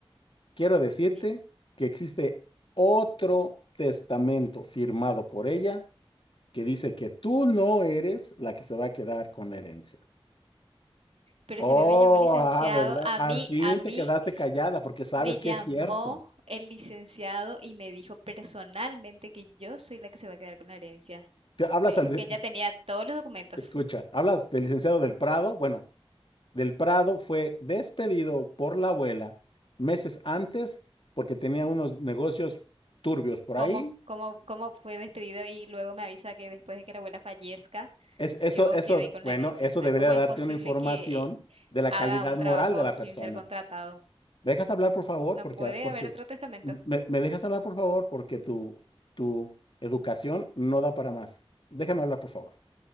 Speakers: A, on the left; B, on the right.
A: Quiero decirte
B: Bien.
A: que existe otro testamento firmado por ella que dice que tú no eres la que se va a quedar con la herencia.
B: Pero
A: Oh,
B: si a mí me llamó licenciado,
A: ah, ¿verdad?
B: a
A: Al
B: mí,
A: fin
B: a mí
A: te quedaste callada porque sabes
B: me llamó
A: que es cierto.
B: el licenciado y me dijo personalmente que yo soy la que se va a quedar con la herencia.
A: Te hablas
B: Me dijo
A: al,
B: que ella tenía todos los documentos.
A: Escucha, hablas del licenciado del Prado. Bueno, del Prado fue despedido por la abuela meses antes porque tenía unos negocios turbios por
B: cómo,
A: ahí.
B: cómo, cómo fue despedido y luego me avisa que después de que la abuela fallezca,
A: Es,
B: yo
A: eso, eso,
B: quedé con
A: bueno,
B: la herencia.
A: eso
B: O sea,
A: debería
B: ¿cómo
A: darte
B: es posible
A: una información
B: que eh,
A: de la
B: haga
A: calidad
B: un
A: moral
B: trabajo
A: de la
B: sin
A: persona.
B: ser contratado?
A: ¿Me dejas hablar, por favor?
B: No
A: Porque,
B: puede
A: porque
B: haber otro testamento.
A: me, me dejas hablar, por favor, porque tu, tu educación no da para más. Déjame hablar, por favor.